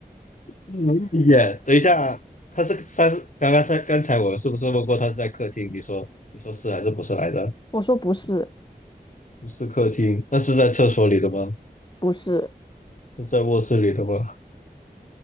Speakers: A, on the left; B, on the left.
A: 嗯，也，等一下，它是它是刚刚在刚才我是不是问过它是在客厅？你说你说是还是不是来着？
B: 我说不是
A: 不是客厅，那是在厕所里的吗？
B: 不是，
A: 是在卧室里的吗？